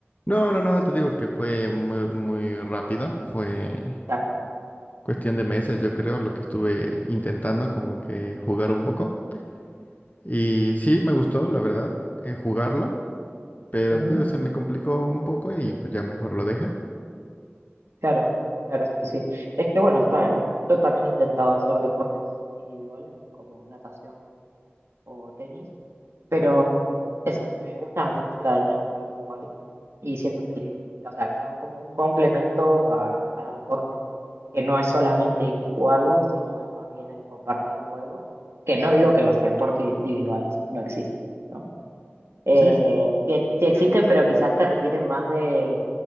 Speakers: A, on the left (about 35°); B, on the right (about 80°).
A: No, no, no, te digo que fue muy, muy rápido. Fue.
B: Claro,
A: cuestión de meses, yo creo, lo que estuve intentando como que jugar un poco. Y sí, me gustó, la verdad, eh, jugarlo, pero
B: Ujú,
A: tío, se me complicó un poco y pues ya mejor lo dejé.
B: Claro, claro, sí, sí. Es que bueno, está, yo también he intentado hacer deportes individuales como natación o tenis Pero eso, me gusta mucho la dinámica grupal y siento que le, o sea, le dan como un complemento a- al deporte, que no es solamente ir y jugarlo, sino es más bien el compartir luego, que no digo que los deportes individuales no existan, ¿no? Eh,
A: Sí,
B: sí, ex- sí existen, pero quizás te requieren más de